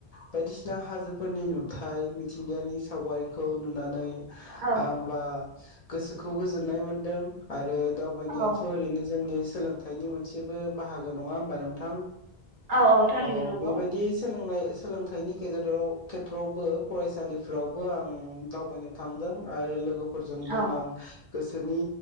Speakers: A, on the left (about 45°); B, on the right (about 60°).
A: बायदिसिना हाजोफोरनि नुथाय मिथिंगायानि सावगारिखौ नुनानै
B: औ
A: आंबा गोसोखौ गोजोननाय मोनदों आरो दावबायनायाथ
B: औ
A: ओरैनो जोंनि सोलों थायनि मोनसेबो बाहागो नङा होमबा नोंथां
B: औ औ थारैनो
A: अ
B: नंगौ
A: बेबायदि सोलोंनाय सोलोंथाइनि गेजेराव खेथ्रआवबो फरायसालिफ्रावबो आं दावबायनो थांदों आरो लोगो फोरजोंबो
B: औ
A: आं गोसोनि